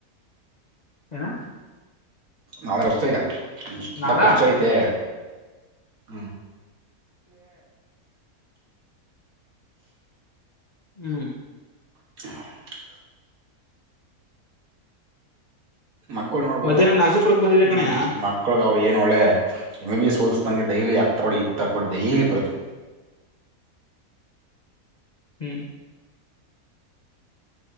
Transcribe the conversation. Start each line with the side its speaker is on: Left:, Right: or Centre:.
Left: <unintelligible>
Right: ನಾಳೆರ್ತ ಇನ
Left: ನಾಳ
Right: ಖರ್ಚಐತೆ ಹ್ಮ
Left: ಹ್ಮ್
Right: <unintelligible> ಮಕ್ಕಳು ನೋಡ್ಬೇಕು
Left: ಮಧ್ಯಾಹ್ನ ನಾಸಿಪುರಕ್ ಬಂದಿದೆ
Right: ಹ್ಮ
Left: ಕಣಯ್ಯ
Right: ಮಕ್ಳಗ ಅವರು ಏನು ಒಳ್ಳೆ ಎಮ್ ಬಿ ಬಿ ಎಸ್ ಓದಸ ಗೆ ಡೈಲಿ ಹತ್ಕ್ಕ ಕೊಡಿ ಇತ್ತಕ್ಕೊಡಿ ಡೈಲಿ ಪ್ರತಿ
Left: ಹ್ಮ್